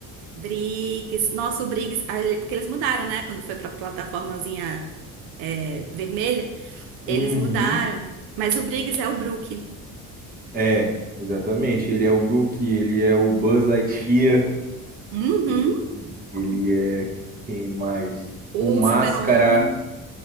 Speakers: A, on the right; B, on the right.
A: Briggs, nosso Briggs, ah, ele- porque eles mudaram, né? Quando foi pra plataformazinha é, vermelha,
B: Uhum.
A: eles mudaram. Mas o Briggs é o Brook.
B: É, exatamente. Ele é o Brook, ele é o Buzz Lightyear,
A: Uhum.
B: e- ele é quem mais?
A: O
B: O Máscara,
A: Super-Homem.